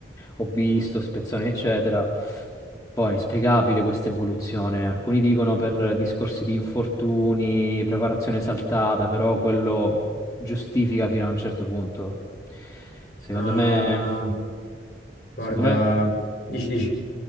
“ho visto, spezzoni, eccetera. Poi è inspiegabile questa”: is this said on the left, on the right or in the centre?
Left